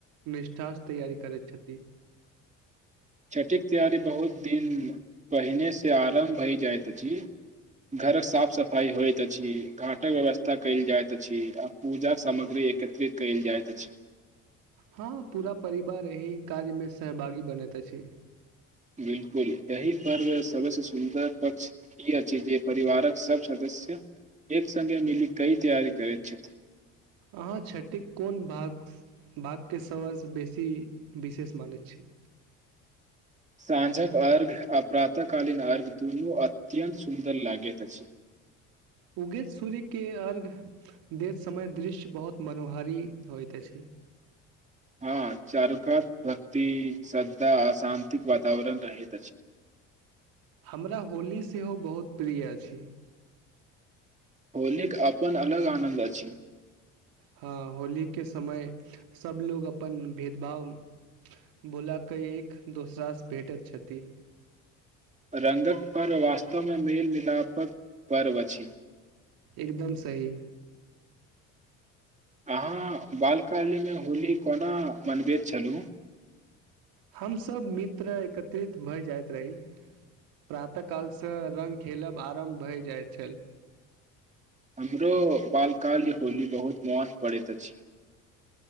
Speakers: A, on the right; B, on the right.
A: निष्ठास तैयारी करैत छथि
B: छठिके तैयारी बहुत दिन पहिनेसँ आरम्भ भय जाइत अछि घरक साफ सफाइ होइत अछि घाटक व्यवस्था कयल जाइत अछि आ पूजाक सामग्री एकत्रित कयल जाइत अछि
A: हाँ पूरा परिवार यही कार्य मे सहभागी बनत अछि
B: बिल्कुल यही पर्व सबसे सुन्दर पक्ष ई अछि जे परिवारक सब सदस्य एक संगे मिली कई तैयारी करैत छथि
A: अहाँ छठिक कोन भाग बातके समझ बेसी विशेष मानैत छी
B: साँझक अर्घ आ प्रातः कालीन अर्घ दुनू अत्यन्त सुन्दर लागैत अछि
A: उगैत सूर्य के अर्घ दैत समय दृश्य बहुत मनोहारी होइत अछि
B: हाँ चारुकात भक्ति सरधा अशान्तिके वातावरण रहय छै
A: हमरा होली सेहो बहुत प्रिय अछि
B: होलिक आपन अलग आनन्द अछि
A: हाँ होलीके समय सभलोग अपन भेदभाव भूला कऽ एक दोसरासँ भेटैत छथि
B: रंगक पर्व वास्तवमे मेलमिलापक पर्व अछि
A: एकदम सही
B: अहाँ बालकाल्यमे होली कोना मनबैत छलहुँ
A: हमस ब त' मित्र एकत्रित भए जाइत रही प्रातः कालसँ रंग खेलब आरम्भ भय जाइत छल
B: हमरो बालकाल्य होली बहुत मोन पड़ैत अछि